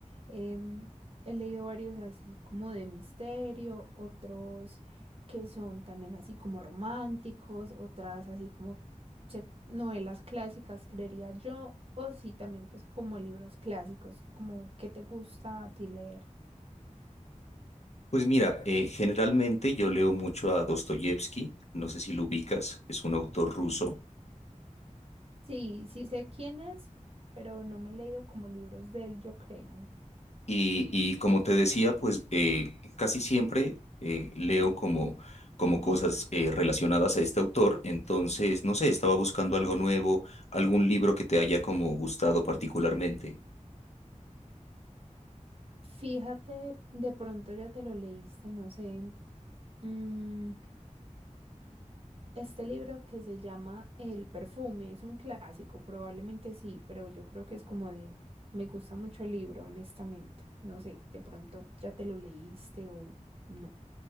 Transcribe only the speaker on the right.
Em, he leído varios así como de misterio, otros que son también así como románticos, otras así como se- novelas clásicas, creería yo, o sí también pues como libros clásicos, como que te gusta a ti leer.
Sí, sí sé quién es, pero no me he leído como libros de él, yo creo.
Fíjate, de pronto ya te lo leíste, no sé. mm, este libro que se llama El perfume es un clásico, probablemente sí, pero yo creo que es como de... Me gusta mucho el libro, honestamente. No sé, de pronto ya te lo leíste o no.